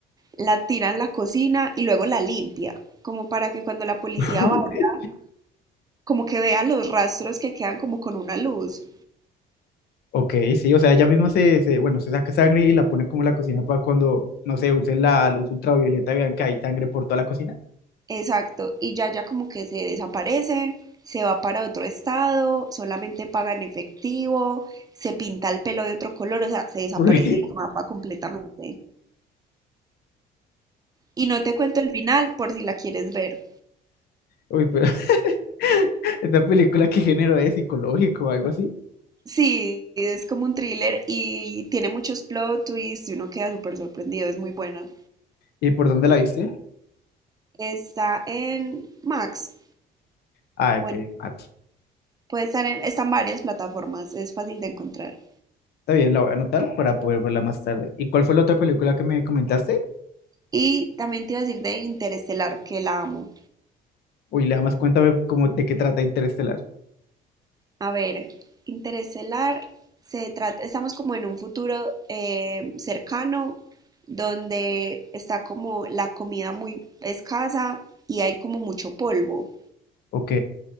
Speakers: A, on the right; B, on the left.
A: la tira en la cocina y luego la limpia, como para que cuando la policía
B: <laughs>
A: vaya, como que vea los rastros que quedan como con una luz.
B: Ok, sí, o sea, ella misma se, se, bueno, se saca sangre y la pone como en la cocina para cuando, no sé, usen la luz ultravioleta, vean que hay sangre por toda la cocina.
A: Exacto, y ya ya como que se desaparece, se va para otro estado, solamente paga en efectivo, se pinta el pelo de otro color, o sea, se desaparece
B: Uy,
A: el mapa completamente. Y no te cuento el final por si la quieres ver.
B: <laughs> uy, pero <laughs> esta película qué género es psicológico o algo así.
A: Sí, es como un thriller y tiene muchos plot twists y uno queda súper sorprendido, es muy buena
B: ¿Y por dónde la viste?
A: Está en Max,
B: Ah, ok.
A: bueno,
B: Ah,
A: puede estar en, está en varias plataformas, es fácil de encontrar.
B: está bien, la voy a anotar para poder verla más tarde. ¿Y cuál fue la otra película que me comentaste?
A: Y también te iba a decir de Interestelar, que la amo.
B: Uy, la más cuenta a cómo de qué trata Interestelar.
A: A ver, Interestelar se trata, estamos como en un futuro eh, cercano donde está como la comida muy escasa y hay como mucho polvo.
B: Ok,